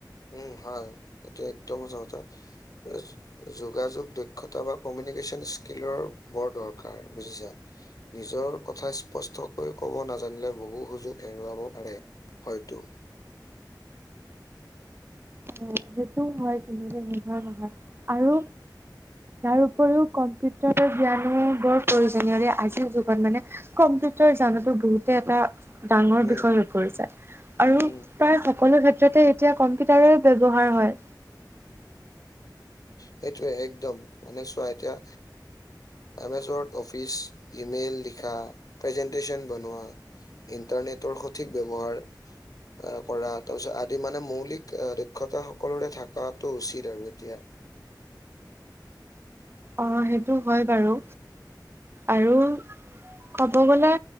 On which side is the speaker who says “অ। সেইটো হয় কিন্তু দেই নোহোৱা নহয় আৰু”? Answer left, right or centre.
Right